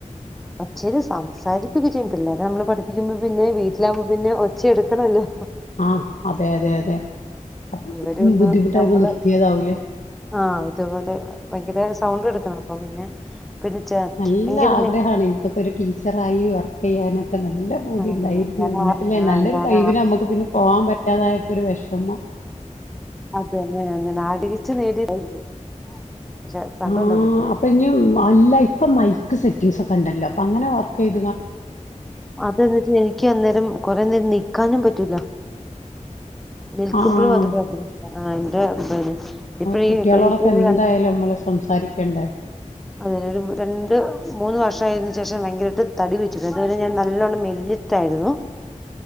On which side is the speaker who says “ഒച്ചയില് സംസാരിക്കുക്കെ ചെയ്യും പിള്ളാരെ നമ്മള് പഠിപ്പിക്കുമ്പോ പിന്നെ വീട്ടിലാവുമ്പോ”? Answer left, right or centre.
Centre